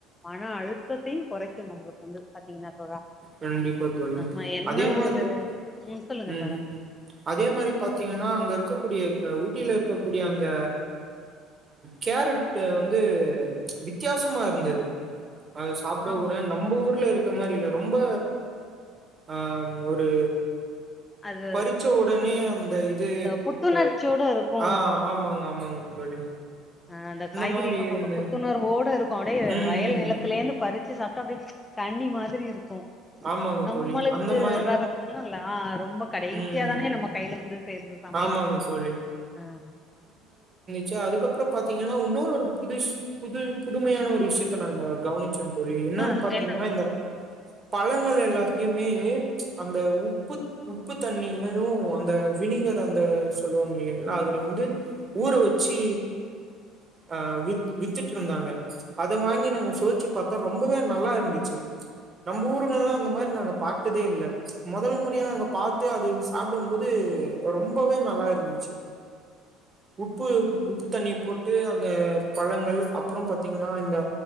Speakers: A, on the left; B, on the right.
A: மண னா அழுத்தத்தையு கொறைக்கும் நம்ளுக்கு வந்து பாத்தீங்கனா தோழா
B: கண்டிப்பா தோழி
A: நம்ம என்ன
B: அதே மாதிரி
A: ஒரு ம் சொல்லுங்க
B: உம்
A: தோழா
B: அதே மாரி பாத்தீங்கனா அங்க இருக்க கூடிய ஊட்டில்ல இருக்கக் அந்த கேரட் வந்து வந்து வித்தியாசமா இருந்தது அது சாப்பிட
A: ஆ
B: கூட நம்ம ஊர்ல இருக்க அது மாரில்ல ரொம்ப ஆஹ் ஒரு
A: அது
B: பறிச்ச உடனே அந்த இது
A: புத்துணர்ச்சியோட இருக்கு
B: ஆஹ் ஆமாங்க ஆமாங்க தோழி
A: அஹ் அந்த காய்கறிலாபாத்தா
B: மாரி இருந்தது.
A: புத்துணர்வோட இருக்கொ அப்டியே
B: ம்,
A: வயல்
B: ம்.
A: நிலத்தில இருந்து பறி வச்சு சாப்டா அப்டியே தண்ணி மாதிரி இருக்கொ
B: ஆமாங்க
A: நம்மளுக்கு
B: தோழி. அந்த மா
A: வேறது இல்ல ரொம்ப கடைசியா
B: ம்.
A: தானே நம்ம கையில வந்து சேர்து சமையலுக்கு
B: ஆமாங்க தோழி.
A: ஆஹ்
B: சே அதுக்கப்றோ பாத்தீங்கனா உன்னோ ஒரு புதுசு வி புது புதுமையான ஒரு விஷயத்த நாங்க கவுனிச் ச்ச தோழி என்னன்னு
A: ஆ
B: பாத்தீங்கனா
A: என்ன ப்ரோ
B: இந்த பழங்கள் எல்லாதியுமே அந்த உப்புத் உப்புத் தண்ணிலையு அந்த வினிகர் அந்த சொல்லுவாங்க இலிங்கில அதுல வந்து ஊற வச்சு அஹ் வித் வித்துட்டுஇருந்தாங்க அத வாங்கி நாங்க சுவைச்சு பாத்தா ரொம்பவே நல்லா இருந்துச்சு நம்ம ஊருங்கல்லா அந்த மாரி நாங்க பார்த்ததே இல்ல மொதல் முறையா அங்க பாத்து அது சாப்டும்போது ரொம்பவே நல்லாஇருந்துச்சு உப்பு உப்பு தண்ணி போட்டு அந்த பழங்கள் அப்றோ பாத்தீங்னா இந்த